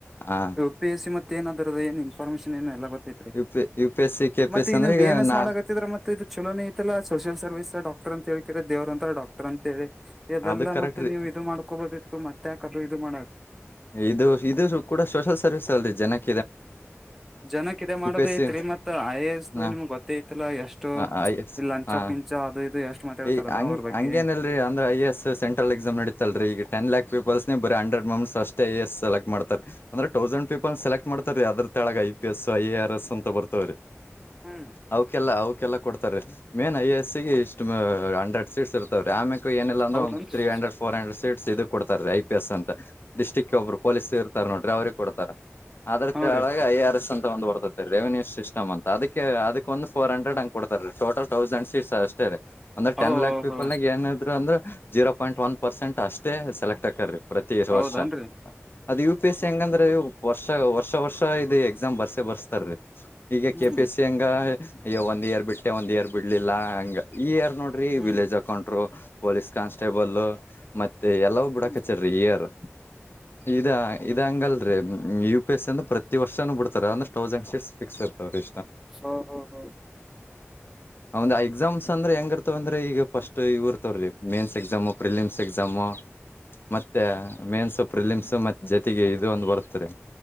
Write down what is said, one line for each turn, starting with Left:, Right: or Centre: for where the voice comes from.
Left: ಹ
Centre: ಪಿ ಎಸ್ ಸಿ ಮತ್ ಏನಾದ್ರದ ಏನ್ ಇನ್ಫಾರ್ಮೇಶನ್ ಏನು ಎಲ್ಲ ಗೊತೈತ್ರಿ
Left: U P U P S C K
Centre: ಮತ್ತ
Left: P ಎಸ್
Centre: ಈಗ
Left: ಅಂದ್ರೆ
Centre: ನೀವು ಬಿ ಎಂ ಎಸ್
Left: ನಾ
Centre: ಮಾಡಕತ್ತಿದ್ರ ಮತ್ ದು ಚಲೋನೆ ಐತಲ್ಲ ಸೋಷಿಯಲ್ ಸರ್ವಿಸ್ ಡಕ್ಟರ್ <inaudible> ಅಂತೇಕಿದ <inaudible> ದವ್ರರಂತರಡಕ್ ಅಂತಿ ಇದೆಲ್ಲ
Left: ಅದು ಕರೆಕ್ಟ್
Centre: ಮತ್ತೆ
Left: ರೀ
Centre: ನೀವು ಇದು ಮಾಡ್ಕೋಬದಿತ್ತು ಮತ್ತೆ ಯಾಕ ಅದು ಇದು ಮಾಡ
Left: ಎ ಇದು ಇದು ಕೂಡ ಸೋಷಲ್ ಸರ್ವಿಸ್ ಅಲ್ರಿ ಜನಕ್
Centre: ಜನಕೆ ಇದು ಮಾಡೋದ
Left: ಎಸ್
Centre: ಐತ್ರಿ
Left: ಸಿ
Centre: ಮತ್ ಐ ಎ ಎಸ್ದು
Left: ಹ
Centre: ನಿಮ್ಗ್ ಗೊತ್ತಐತಿ ತ್ತಲ್ಲ ಎಷ್ಟು
Left: ಹ ಎಸ್
Centre: ಇಲ್ಲಿ ಲಂಚ
Left: ಹಾ
Centre: ಪಿಂಚ ಅದು ಇದು ಎಷ್ಟು ಮಾತಾಡ್ತಾರಲ್ಲ
Left: ಈ ಹಂಗ್
Centre: ಅವ್ರ ಬಗ್ಗೆ
Left: ಹಂಗೇನಲ್ರರಿ ಅಂದ್ರ ಐ ಎಸ್ ಸೆಂಟ್ರಲ್ ಎಕ್ಸಾಮ್ ನಡಿತ್ತಲ್ರಿ ಈ ಟೆನ್ಲ್ಯಾಕ್ ಪೀಪಲ್ಸ್ ಬರಿ ಹಂಡ್ರೆಡ್ ಮಮ್ಸ್ ಅಷ್ಟ ಐ ಎ ಎಸ್ ಸಲೆಕ್ಟ್ ಮಾಡತ್ ಅಂದ್ರೆ ತೌಸಂಡ್ ಪೀಪಲ್ ಸೆಲೆಕ್ಟ್ ಮಾಡ್ತಾರೀ ಅದ್ರ ಕೆಳಗ I P S I A R S ಅಂತ ಬರ್ತವ್ರೀ
Centre: ಹ್ಮ್
Left: ಅವ್ಕಲ್ಲ ಅವ್ಕಲ್ಲ ಕೊಡ್ತಾರೆ ಮೇನ್ ಐ ಎಸ್ ಸಿ ಇಷ್ಟ ಹಂಡ್ರೆಡ್ ಸೀಟ್ಸ್ ಇರ್ತವೀ ಆಮ್ಯಕ್ ಏನಿಲ್ಲ ಅಂದ್ರ
Centre: ಹೌದನ್ರಿ
Left: ಒ ತ್ರೀ ಹಂಡ್ರೆಡ್ ಫೋರ್ ಹ್ರೆಡ್ ಸೀಟ್ಸ್ ಇದು ಕೊಡ್ತಾರೆ ರ ಐ ಪಿ ಎಸ್ ಅಂತ ಡಿಸ್ಟ್ರಿಕ್ಗೆ ಒಬ್ರು ಪೊಲೀಸ್ ಇರ್ತಾರೆ ನೋಡ್ರಿ ಅವ್ರಿಗೆ ಕೊಡ್ತಾರೆ ಅದ್ರ
Centre: ಹಾ
Left: ಕೆಳಗೆ
Centre: ರೀ
Left: ಐ ಆರ್ ಎಸ್ ಅಂತ ಒಂದ್ ಬರ್ತದೆ ರೆವೆನ್ಯೂ ಸಿಸ್ಟಮ್ ಅದಕ್ಕೆ ಅದಕ್ ಒಂದು ಫೂರ್ ಹಂಡ್ರೆಡ್ ಹಂಗ್ ಕೊಡ್ತಾರೆ ರಿ ಟೋಟಲ್ ತೌಸಂಡ್ ಸೀಟ್ಸ್ ಅಷ್ಟೇ ರೀ ಅಂದ್ರೆ ಟೆನ್ಲ್ಯಾಕ್
Centre: ಓ
Left: ಪೀಪಲ್
Centre: ಹೋ
Left: ಏನ ಇದ್ರು ಅಂದ್ರ್ ಜೀರೋ ಪಾಯಿಂಟ್ ಒನ್ ಪರ್ಸೆಂಟ್ ಅಷ್ಟೇ ಸೆಲೆಕ್ಟ್ ಹಾಕ್ರೀ ಪ್ರತಿ
Centre: ಹೌದನ್ರಿ
Left: ವರ್ಷ ಅದು ಯು ಪಿ ಎಸ್ ಸಿ ಹೆಂಗಂದ್ರೆ ವರ್ಷ ವರ್ಷ ವರ್ಷ ಇದ್ ಎಕ್ಸಾಮ್ ಬರ್ಸೆ ಬರ್ಸ್ತಾರೀ ಈಗ
Centre: ಹ್ಮ್
Left: ಕೆ ಪಿ ಎಸ್ಸಿ ಹೆಂಗ ಈ ಒಂದ್ ಇಯರ್ ಬಿಟ್ಟೆ ಒಂದ್ ಇಯರ್ ಬಿಡ್ಲಿಲ್ಲ ಹಂಗ ಈ ಇಯರ್ ನೋಡ್ರಿ
Centre: ಹ್ಮ್
Left: ವಿಲೇಜ್ ಹಾಕೊಂಡರು ಪೊಲೀಸ್ ಕಾನ್ಸ್ಟೇಬಲ್ ಮತ್ತೆ ಎಲ್ಲವು ಬಿಡ
Centre: ಹ್ಮ್
Left: ಕಚರಿ ಈ ಇಯರ್ ಇದ ಇದ ಹಂಗಲ್ರಿ ಯು ಪಿ ಎಸ್ ಸಿ ಅಂದ ಪ್ರತಿ ವರ್ಷನೂ ಬಿಡ್ತಾರೆ ಅಂದ್ರ ತೌಸಂಡ್ ರ ಎ
Centre: ಓ ಹೋ ಹೋ
Left: <inaudible> ಅಂದ್ರೆ ಹೆಂಗ ಇರ್ತವ ಅಂದ್ರೆ ಈಗ ಫಸ್ಟ್ ಇವ ಇರ್ತವ್ರೀ ಮೇನ್ಸ್ ಎಕ್ಸಾಮ್ ಪ್ರಿಲಿಮ್ಸ್ ಎಕ್ಸಾಮು ಮತ್ತೆ ಮೇನ್ಸ್ ಪ್ರಫಿಲಿಮ್ಸ್ ಮತ್ ಜೊತೆಗೆ ಇದು ಒಂದ್ ಬರ್ತ್ರಿ